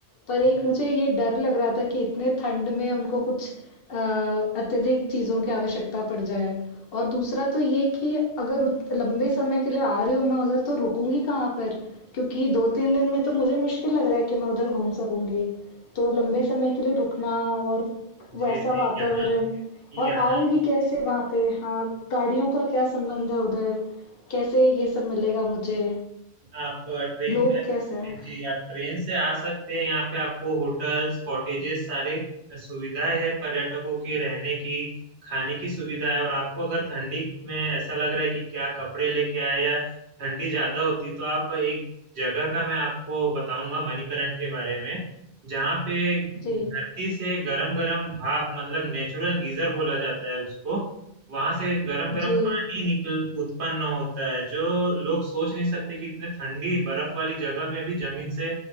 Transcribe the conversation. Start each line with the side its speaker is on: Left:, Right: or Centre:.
Left: पर
Right: जी
Left: एक मुझे ये डर लग रहा था कि इतने ठंड में उनको कुछ अ, अत्यधिक चीज़ों की आवश्यकता पड़ जाए और दूसरा तो ये कि अगर उत- लंबे समय के लिए आ रही हूँ मैं उधर तो रुकूंगी कहाँ पर क्योंकि दो तीन दिन में तो मुझे मुश्किल लग रहा है कि मैं उधर घूम सकूंगी तो लंबे समय के लिए रुकना और
Right: जी
Left: वैसा
Right: जी,
Left: वातावरण
Right: यहाँ यहाँ
Left: और आऊंगी कैसे वहां पे हाँ गाड़ियों का क्या संबंध है उधर कैसे ये सब मिलेगा मुझे
Right: आप ट्रेन
Left: लोग
Right: का
Left: कैसे हैं
Right: जी आप ट्रेन से आ सकते हैं यहाँ पे आपको होटल्स कॉटेजेस सारे सुविधाएं है पर्यटकों के रहने की खाने की सुविधा है और आपको अगर ठंडी में ऐसा लग रहा है कि क्या कपड़े लेके आए या ठंडी ज्यादा होती तो आप एक जगह का मैं आपको बताऊंगा मणिकरण के बारे में जहाँ पे
Left: जी
Right: धरती से गरम गरम भाप मतलब नेचुरल गीजर बोला जाता है उसको वहां से गरम गरम
Left: जी
Right: पानी निकल उत्पन्न होता है जो लोग सोच नहीं सकते कि इतने ठंडी बर्फ वाली जगह में भी जमीन से